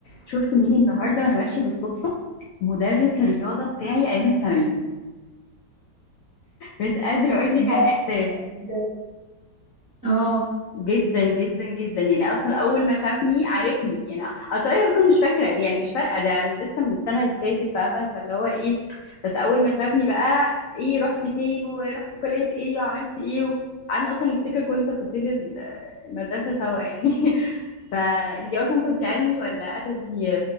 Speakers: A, on the left; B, on the right.
A: شفت مين النهارده وانا ماشيه بالصدفه مدرس الرياضه بتاعي ايمن سمير مش قادره اقول لك
B: بحبها
A: على الاحساس
B: بجد اه
A: جدا جدا جدا يعني اصلا اول ما شافني عرفني يعني اصلا هي اصلا مش فاكره يعني مش فارقه ده لسه من السنه اللي فاتت فاهمه فاللي هو ايه بس اول ما شافني بقى ايه رحتي فين ورحتي كليه ايه وعملتي ايه قعدنا اصلا نفتكر كل تفاصيل ال- المدرسه سوا يعني <laughs> فانتي اصلا كنتي علمي ولا ادبي